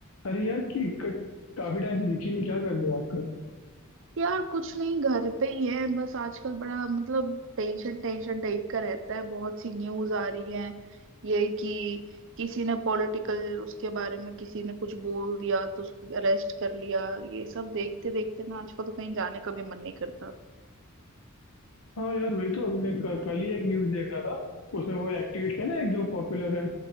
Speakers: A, on the left (about 80°); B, on the right (about 60°).
A: अरे यार कि क- काफी टाइम से दिखी नहीं क्या कर रहे हो आजकल
B: यार कुछ नहीं घर पे ही है बस आजकल बड़ा मतलब टेंशन टेंशन टाइप का रहता है बहुत सी न्यूज आ रही है ये कि किसी ने पॉलिटिकल उसके बारे में किसी ने कुछ बोल दिया तो उसको अरेस्ट कर लिया ये सब देखते देखते ना आजकल तो कहीं जाने का भी मन नहीं करता
A: हाँ यार वही तो अभी मैं क- कल ही एक न्यूज देख रहा था उसमें वो एक्टिविस्ट है ना एक जो पॉपुलर है